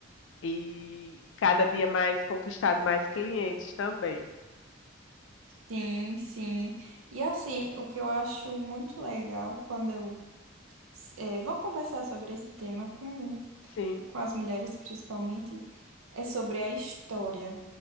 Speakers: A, on the left; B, on the right.
A: e cada dia mais conquistado mais clientes também.
B: Sim, sim. E assim, o que eu acho muito legal quando eu eh, vou conversar sobre esse tema com,
A: Sim,
B: com as mulheres, principalmente, é sobre a história.